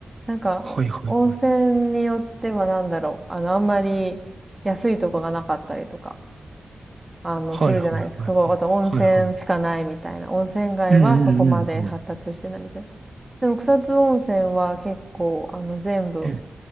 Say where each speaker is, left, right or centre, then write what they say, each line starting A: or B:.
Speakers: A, on the right; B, on the right.
A: なんか、
B: はいはいはい。
A: 温泉によってはなんだろう、あの、あんまり、安いとこがなかったりとか、あの、
B: はいはいはいはい。
A: するじゃないですか。そこ、あと温泉しかないみたいな。
B: はいはい。
A: 温泉街はそこまで発達してないみたいな。
B: うんうんうん
A: でも草津温泉は結構、あの、全部
B: うん。